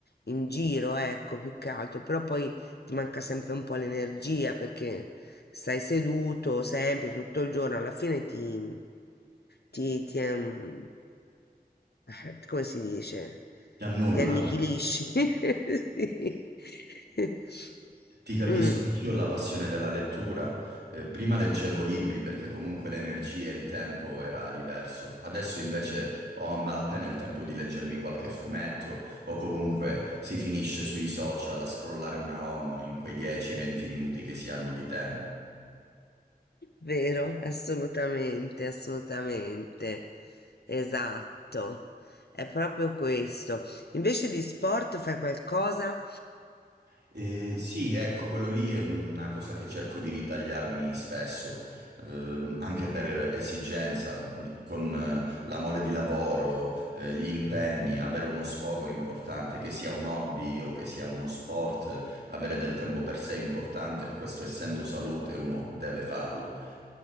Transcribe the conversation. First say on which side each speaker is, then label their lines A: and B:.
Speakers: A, on the left; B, on the right.
A: in giro, ecco, più che altro. Però poi ti manca sempre un po' l'energia perché stai seduto sempre, tutto il giorno, alla fine ti, ti, ti, ehm, <laughs> come si dice?
B: Ti annulla.
A: Ti annichilisci. <laughs> Sì. <laughs>
B: Ti capisco,
A: Mm.
B: anch'io ho la passione della lettura. Eh, prima leggevo libri perché comunque l'energia e il tempo era diverso. Adesso invece ho a malapena il tempo di leggermi qualche fumetto o comunque si finisce sui social a scrollare una home in quei 10-20 minuti che si hanno di tempo.
A: Vero, assolutamente, assolutamente. Esatto. È proprio questo. Invece di sport fai qualcosa?
B: Eh, sì, ecco, quello lì è una cosa che cerco di ritagliarmi spesso, ehm, anche per esigenza, mh, con eh, la mole di lavoro, eh, gli impegni, avere uno sfogo è importante, che sia un hobby o che sia uno sport, avere del tempo per sé è importante, questo essendo salute uno deve farlo.